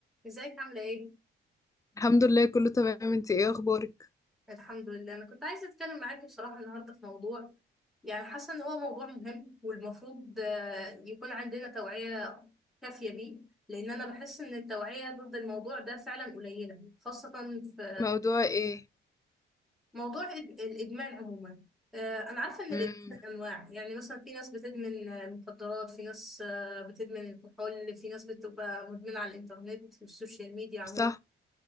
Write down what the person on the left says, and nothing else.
الحمد لله كله تمام انت ايه اخبارك
موضوع ايه
امم
صح